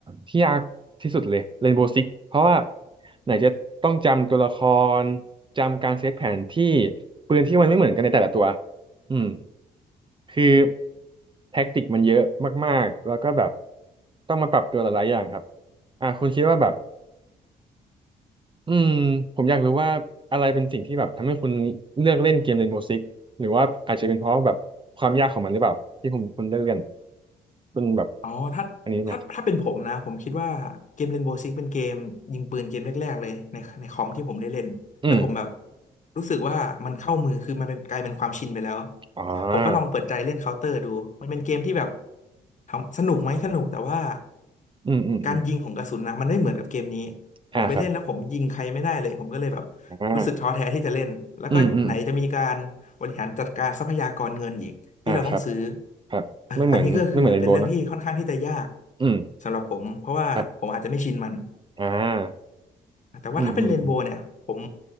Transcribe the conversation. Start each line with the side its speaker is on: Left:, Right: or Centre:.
Right: ที่ยากที่สุดเลยเรนโบว์ซิกเพราะว่าไหนจะต้องจำตัวละครจำการเซตแผนที่ปืนที่มันไม่เหมือนกันในแต่ละตัวอืมคือแท็กติกมันเยอะมากๆแล้วก็แบบต้องมาปรับตัวหลายๆอย่างครับอ่าคุณคิดว่าแบบอืมผมอยากรู้ว่าอะไรเป็นสิ่งที่แบบทำให้คุณเลือกเล่นเกมเรนโบ o ์ซิกหรือว่าอาจจะเป็นเพราะแบบความยากของมันหรือเปล่าที่ผมคุณเลือกเล่นเป็นแบบ
Left: อ๋อถ้าถ้าถ้าเป็นผมนะผมคิดว่าเกม
Right: อันนี้ไหม
Left: Rainbow Six เป็นเกมยิงปืนเกมแรกๆเลยในในคอมที่ผมได้เล่นแล้วผมแบบ
Right: อืม
Left: รู้สึกว่ามันเข้ามือคือมันเป็นกลายเป็นความชินไปแล้ว
Right: อ่า
Left: ผมก็ลองเปิดใจเล่นเคาน์เตอร์ดูมันเป็นเกมที่แบบถามสนุกไหมสนุกแต่ว่า
Right: อืมอืมอืม
Left: การยิงของกระสุนนะมันไม่เหมือนกับเกมนี้
Right: อ่าครับ
Left: ผมไปเล่นแล้วผมยิงใครไม่ได้เลยผมก็เลยแบบ
Right: อ่า
Left: รู้สึกท้อแท้ที่จะเล่นแล้วก็ไหนจะมีการบริหารจัดการทรัพยากรเงินอีก
Right: อืมอืม
Left: ที่เราต้องซื้อ
Right: อ่าครับครับไม่เหมือนไม่เหมือนเรนโบว์เนาะ
Left: อันอันนี้ก็คือเป็นเรื่องที่ค่อนข้างที่จะยาก
Right: อืม
Left: สำหรับผมเพราะว่าผมอาจจะไม่ชินมัน
Right: ครับอ่า
Left: แต่ว่าถ้าเป็นเรนโบว์เนี่ยผม
Right: อืมอืมอื